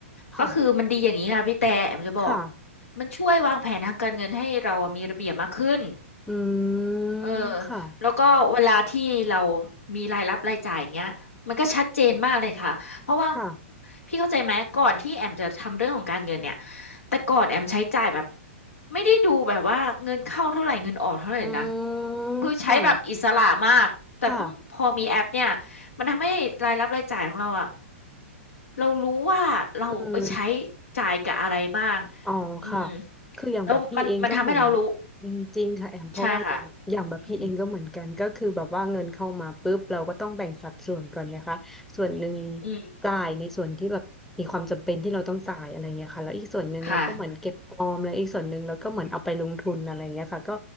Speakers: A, in the centre; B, on the left.
A: ค่ะ
B: ก็คือมันดีอย่างนี้ค่ะพี่แต่แอมจะบอก
A: ค่ะ
B: มันช่วยวางแผนทางการเงินให้เรามีระเบียบมากขึ้น
A: อืม
B: เออ
A: ค่ะ
B: แล้วก็เวลาที่เรามีรายรับรายจ่ายอย่างเงี้ยมันก็ชัดเจนมากเลยค่ะเพราะว่า
A: ค่ะ
B: พี่เข้าใจไหมก่อนที่แอมจะทำเรื่องของการเงินเนี่ยแต่ก่อนแอมใช้จ่ายแบบไม่ได้ดูแบบว่าเงินเข้าเท่าไหร่เงินออกเท่าไหร่นะ
A: อืมค่ะ
B: คือใช้แบบอิสระมากแต่พอพอมีแอปเนี่ย
A: ค่ะ
B: มันทำให้รายรับรายจ่ายของเราอะเรารู้ว่าเราไปใช้
A: อืม
B: จ่ายกับอะไรบ้าง
A: อ๋อค่ะ
B: อืม
A: คืออย่างแบบพี่เองก็เหมือน
B: แล้วมันมันทำให้เรารู้
A: อืมจริงค่ะแอมเพราะว่าอย่างอย่างแบบพี่เองก็เหมือนกันก็คือแบบว่าเงินเข้ามาปุ๊บเราก็ต้องแบ่งสัดส่วนก่อนไงคะส่วนหนึ่ง
B: ใช่ค่ะอืมอืม
A: จ่ายในส่วนที่แบบมีความจำเป็นที่เราต้องจ่ายอะไรเงี้ยค่ะแล้วอีกส่วนหนึ่งเราก็เหมือนเก็บออมแล้วอีกส่วนหนึ่งเราก็เหมือนเอาไปลงทุนอะไรเงี้ยค่ะก็
B: ค่ะ